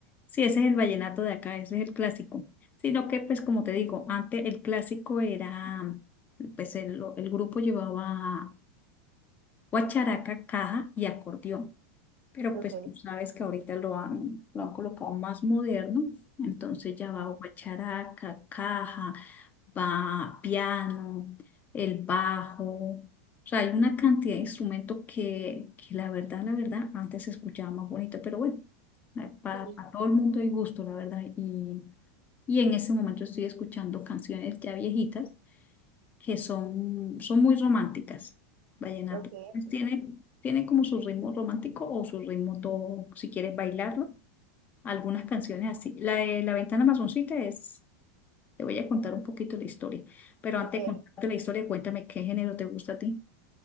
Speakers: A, on the left; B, on the right.
A: Sí, ese es el vallenato de acá, ese es el clásico. Sino que, pues como te digo, antes el clásico era, pues el, el grupo llevaba guacharaca, caja y acordeón. Pero
B: Ok.
A: pues tú sabes que ahorita lo han, lo han colocado más moderno, entonces ya va
B: Sí,
A: guacharaca, caja, va piano, el bajo, o sea, hay una cantidad de instrumentos que, que la verdad, la verdad, antes se escuchaba más bonito, pero bueno, eh, para,
B: sí,
A: para todo el mundo hay gusto, la verdad, y, y en ese momento estoy escuchando canciones ya viejitas que son, son muy románticas. Vallenato.
B: ok.
A: Pues tiene, tiene como su ritmo romántico o su ritmo todo, si quieres bailarlo. Algunas canciones así. La de La Ventana Masoncita es, te voy a contar un poquito la historia, pero
B: Ok.
A: antes de contarte la historia, cuéntame qué género te gusta a ti.